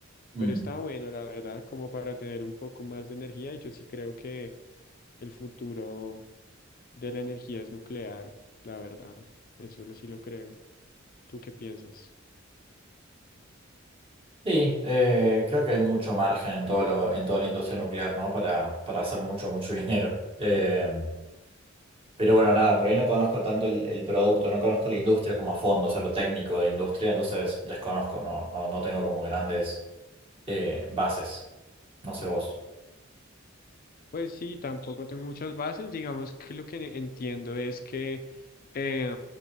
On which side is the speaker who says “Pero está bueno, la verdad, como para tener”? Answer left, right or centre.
Left